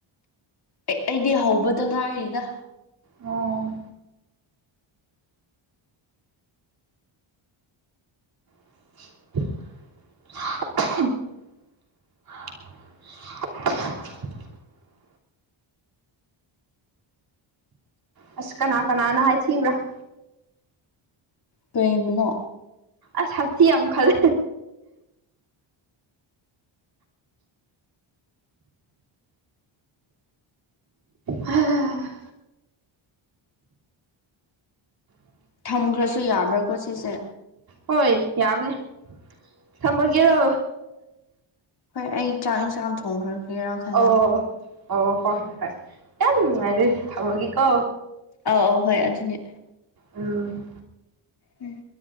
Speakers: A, on the left; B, on the right.
A: ꯑꯦ ꯑꯩꯗꯤ ꯍꯧꯕꯇ ꯉꯥꯏꯔꯤꯗ
B: ꯑꯣ <unintelligible> <unintelligible> ꯑꯁ ꯀꯅꯥ ꯀꯅꯥꯅ ꯍꯥꯏ ꯊꯤꯕ꯭ꯔꯥ
A: ꯀꯕꯅꯣ
B: ꯑꯁꯁꯤꯤ ꯌꯥꯝ ꯌꯥꯝ ꯈꯂꯦ <unintelligible> ꯍ <unintelligible>
A: ꯊꯝꯈ꯭ꯔꯁꯨ ꯌꯥꯕ꯭ꯔꯥꯀꯣ ꯁꯤꯁꯦ
B: ꯍꯣꯏ ꯌꯥꯕꯅꯦ ꯊꯝꯃꯒꯦꯔꯣ
A: ꯍꯣꯏ ꯑꯩ ꯆꯥꯛ ꯏꯟꯁꯥꯡ ꯊꯣꯡꯈ꯭ꯔꯒꯒꯦꯔꯥꯈꯟꯗ
B: ꯑꯣ ꯑꯣ ꯍꯣꯏ ꯍꯣꯏ ꯌꯥꯝ ꯑꯗꯤ ꯊꯃꯒ ꯀꯣ
A: ꯑꯥꯎ ꯑꯧ ꯍꯣꯏ ꯑꯗꯨꯅꯦ
B: ꯎꯝ
A: ꯎꯝ